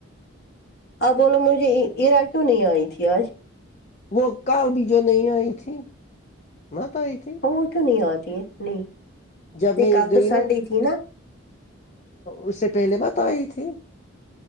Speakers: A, on the left (about 50°); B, on the left (about 35°).
A: آپ بولو مجھے ایرا کیوں نہیں آئی تھی آج
B: وہ کال بھی جو نہیں آئی تھی نہ تو آئی تھی
A: ہاں کیوں نہیں آتی ہے نہیں
B: جب
A: یہ
B: میں
A: کل
B: گئی
A: تو
B: نا
A: سنڈے تھی نا
B: اس سے پہلے مت آئی تھی